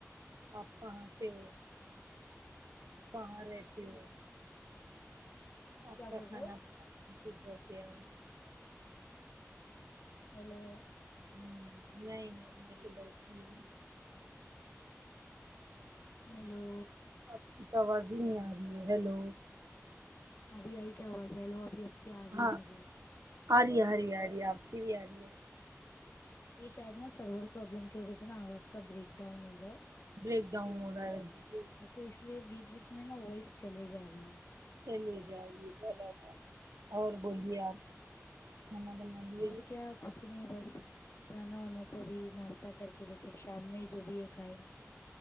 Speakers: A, on the right; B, on the left.
A: آپ کہاں سے ہو کہاں رہتی ہو آپ
B: کیا
A: کا
B: بول
A: کھانا
B: رہے ہو
A: پینا ہے <unintelligible>
B: ہیلو
A: ہوں نہیں نہیں میں تو بیٹھی ہوں
B: ہیلو
A: آپ کی تو آواز ہی نہیں آ رہی ہے ہیلو
B: ابھی آئی کیا آواز ہے ہیلو ابھی آپ کی آ رہی
A: ہاں
B: ہے مجھے
A: آ رہی ہے آ رہی ہے آ رہی ہے آپ کی بھی آ رہی ہے
B: یہ شاید نا سرور پروابلم کی وجہ سے نا آواز کا بریک ڈاؤن ہو رہا ہے
A: بریک ڈاؤن ہو رہا ہے ابھی جی
B: ہاں تو اس لیے بیچ بیچ میں نا وائس چلے جا رہی ہے
A: چلے جارہی ہے برابر اور بولیے آپ کھانا بنا لیے
B: اور کیا کچھ بھی نہیں باجی کھانا ہونا تو ابھی ناشتہ کر کے بیٹھے اب شام میں ہی جو بھی ہے کھائیں گے